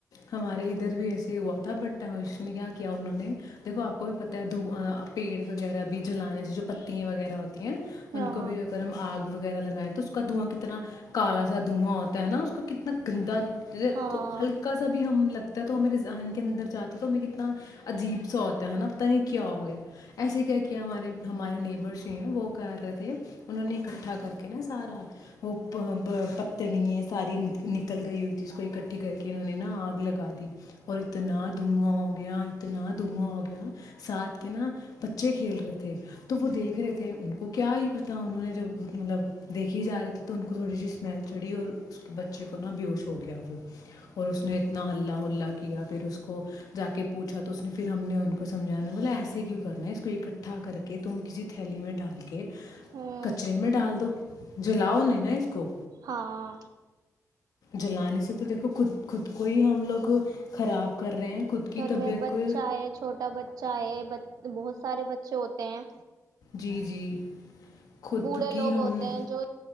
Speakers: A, on the left; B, on the right.
A: ہمارے ادھر بھی ایسے ہی ہوا تھا بٹ اس نے کیا کیا انہوں نے دیکھو آپ کو بھی پت ہے د پیڑ وغیرہ بھی جلانے سے جو پتی وغیرہ ہوتی ہیں ان
B: ہاں
A: کو بھی اگر ہم آگ وغیرہ لگائے تو اس کا دھواں کتنا کالا سا دواں ہوتا ہے نا اس کا کتنا گندا
B: ہاں
A: ہلکا سا بھی ہم لگ تو میرے ذہن کے اندر جاتا تو کتنا عجیب سا ہوتا ہے نا پتا نہیں کیا ہو گیا ایسے کیا کیا ہمارے ہمارے نیبرس جو ہیں وہ کر رہے تھے انہوں نے اکٹھا کر کے نا سارا ا پتنی ہے ساری ن نکل گئی اس کو اکٹھی کر کے انہوں نے نا آگ لگا دی اور اتنا دھواں ہوگیا اتنا دھواں ہوگیا ساتھ کے نا بچے کھیل رہے تھے تو وہ دیکھ رہے تھے ان کو کیا ہی پتا انہوں نے جب وہ مطلب دیکھی جا رہے تھے تو ان کو تھوڑی سی اسمیل چڑی اور اس کے بچے کو نہا بیش ہو گیا وہ اور اس نے اتنا ہلہ ہلا کیا پھر اس کو جا کے پوچھا تو اس نے پھر ہم نے ان کو سمجھایا ن بولا ایسے کیوں کرنا ہے اس کو اکٹھا کر کے تم کسی تھیلی میں ڈال کے
B: ہوں
A: کچرے میں ڈال دو جلاؤ نہیں نا اس کو
B: ہاں
A: جلانیے سے تو دیکھو خود خود کو ہی ہم لوگ خراب کر رہے ہیں خود کی
B: گھر
A: طبیعت
B: میں بچہ
A: کو
B: ہے چھوٹا بچہ ہے بہت سارے بچے ہوتے ہیں
A: جی جی خود
B: بوڑھے
A: کی
B: لوگ
A: ہم
B: ہوتے
A: نے
B: ہیں جو